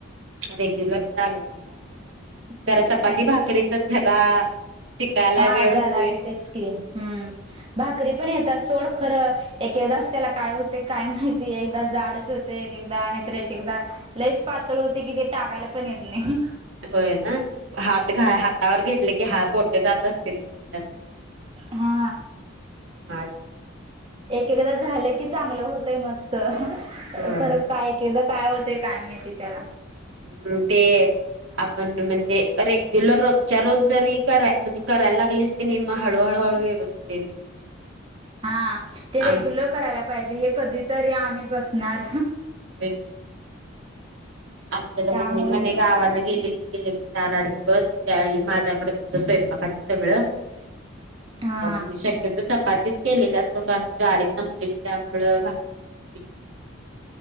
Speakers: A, on the right (about 75°); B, on the right (about 25°).
A: रेग्युलर चालत र बस चपीती
B: तेच
A: जरा चपाती
B: की
A: भाकरीच जरा. शिकायला
B: हा
A: वेळ
B: हजार
A: होतोय
B: आ तेचकी ह भाकरी पण येतात सोड खरं एकेदच त्याला काय होते काय माहिती एकदा जाडच होत एक एकदा आणि तर एक एकदा लईच पातळ होते कि ते टाकायला पण येत नाही.
A: होय ना हात घा हातावर घेतले की हा बोट जात असतील त्यांच्या पिंडात
B: हा
A: माझ
B: एक एकदा झालं की चांगलं होतय मस्त
A: होय
B: तर काय एक एकदा काय होते काय माहिती त्याला
A: हम्म ते आपण म्हणजे रेग्युलर रोजच्या रोज जरी क करायला लागलीस त नि हळूहळू हळू व्यवस्थित
B: हा ते
A: आम्ही
B: रेग्युलर करायला पाहिजे हे कधी तरी आम्ही बसणार.
A: हो आमच्या
B: त्यामुळे
A: तर मम्मी तर
B: हे होते
A: गावाला गेले एक चार आठ दिवस त्यावेळी माझ्याकडेच होतं स्वयंपाकाच सगळं
B: हा
A: शक्यतो चपाती केलेल्या सोडग ज्वारी संपलेली त्यामुळे भाकरीच पीठ नव्हतं.